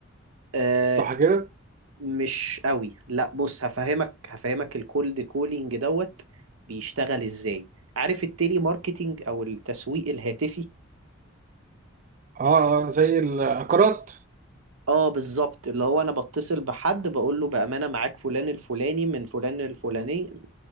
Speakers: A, on the right; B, on the right.
A: آه
B: صح كده
A: مش قوي لا بص هفهمك هفهمك الكولد كولينج دوت بيشتغل ازاي عارف التيلي ماركتينج او التسويق الهاتفي
B: اه اه زي العقارات
A: اه بالظبط اللي هو انا بتصل بحد بقول له بامانه معاك فلان الفلاني من فلان الفلاني